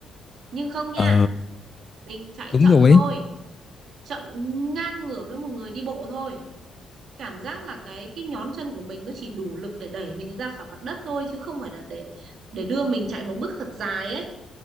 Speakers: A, on the right (about 65°); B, on the left (about 35°).
A: nhưng không nha
B: ờ
A: mình chạy
B: đúng
A: chậm
B: rồi
A: thôi
B: ấy
A: chậm ngang ngửa với một người đi bộ thôi cảm giác là cái cái nhón chân của mình nó chỉ đủ lực để đẩy mình ra khỏi mặt đất thôi chứ không phải là để để đưa mình chạy một bước thật dài ấy